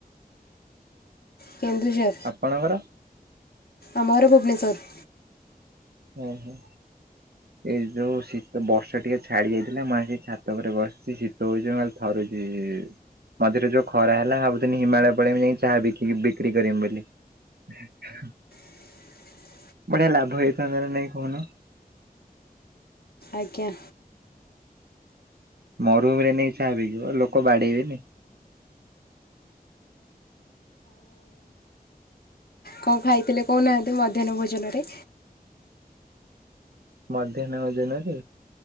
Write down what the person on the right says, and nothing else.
ଆପଣଙ୍କର
ଓହୋ। ଏଇ ଯୋଉ ଶୀତ ବର୍ଷା ଟିକେ ଛାଡି ଯାଇଥିଲା ମୁଁ ଆସିକି ଛାତ ଓପରେ ବସଚି ଶୀତ ହୋଉଚି ମୁଁ ଖାଲି ଥରୁଚି। ଇ ମଝିରେ ଯୋଉ ଖରା ହେଲା ଭାବୁଥିନି ହିମାଳୟ ପଳେଇମି ଯାଇଁକି ଚାହା ବିକିକି ବିକ୍ରି କରିମି ବୋଲି। ଏ ହେ ହ ହ
ବଢିଆ ଲାଭ ହେଇଥାନ୍ତା ନା ନାଇଁ କୋହୁନ।
ମରୁଭୂମିରେ ନେଇକି ଚାହା ବିକିବ ଲୋକ ବାଡେଇବେନି।
ମଧ୍ୟାହ୍ନ ଭୋଜନରେ